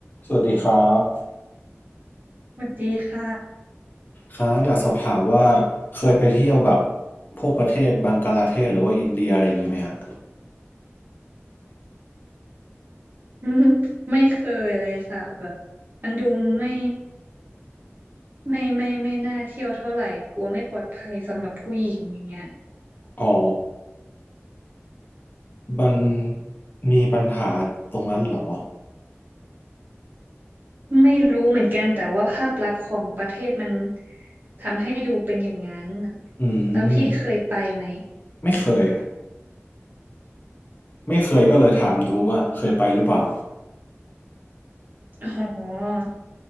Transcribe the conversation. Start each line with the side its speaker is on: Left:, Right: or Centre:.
Left: สวัสดีครับ
Right: สวัสดีค่ะ
Left: ครับอยากสอบถามว่าเคยไปเที่ยวแบบพวกประเทศบังกลาเทศหรือว่าอินเดียอะไรอย่างนี้ไหมฮะ
Right: <laughs> ไม่เคยเลยค่ะแบบมันดูไม่ไม่ไม่ไม่น่าเที่ยวเท่าไหร่กลัวไม่ปลอดภัยสำหรับผู้หญิงอย่างเงี้ย
Left: อ๋อมันมีปัญหาตรงนั้นเหรอ
Right: ไม่รู้เหมือนกันแต่ว่าภาพลักษณ์ของประเทศมันทำให้ดูเป็นอย่างนั้นน่ะ
Left: อื
Right: แล้วพี่เคยไปไหม
Left: มไม่เคยไม่เคยก็เลยถามดูว่าเคยไปหรือเปล่า
Right: อ๋อ